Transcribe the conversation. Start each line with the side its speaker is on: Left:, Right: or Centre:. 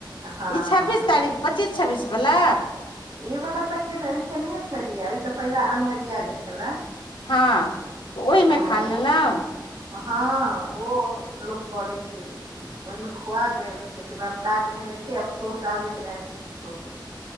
Right: हँ
Left: ई छब्बीस तारीख पच्चीस छब्बीस बला
Right: ई वाल्ला तऽ केने केनेहे छलियै ओहिस पहिला अन्हरिया जे छले
Left: हँ तऽ ओहिमे
Right: हँ
Left: खा लेलहुँ
Right: ओ हँ ओ लोक करै छै ओहिमे खुआ गेल ओहिके बाद परात भेने एते अफसोस आबैत रहए से की कहू